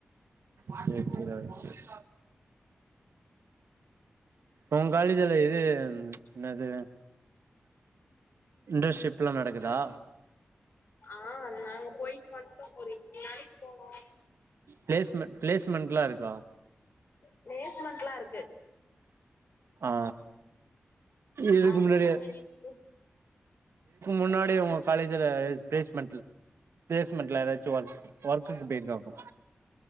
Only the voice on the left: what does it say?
ஆ நாங்க போயிட்டு வந்துட்டோம் ஒருரெண்டு மூணு நாளைக்கு போனோம்
பிளேஸ்மெண்டெலாம் இருக்கு
அதெல்லா
இருக்கு